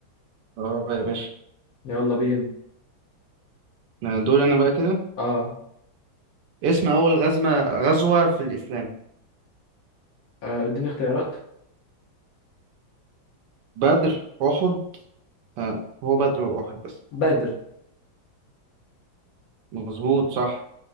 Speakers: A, on the right; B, on the left.
A: اه يا باشا
B: يلا بينا
A: آه، دوري انا بقى كده
B: اه
A: اسم اول غزمة غزوة في الاسلام
B: آه، اديني اختيارات
A: بدر أحد آه هو بدر وأحد بس
B: بدر
A: مظبوط صح